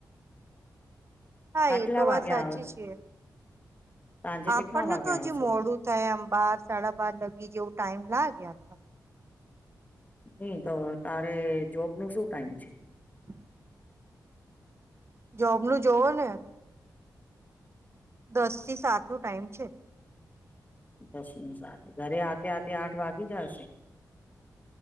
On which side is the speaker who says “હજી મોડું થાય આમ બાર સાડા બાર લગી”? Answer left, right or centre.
Right